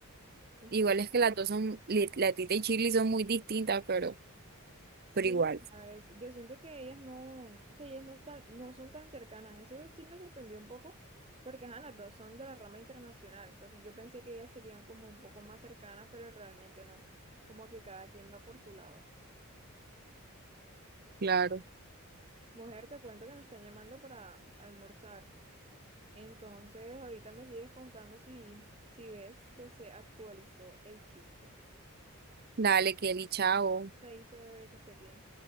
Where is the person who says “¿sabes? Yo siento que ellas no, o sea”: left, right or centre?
Right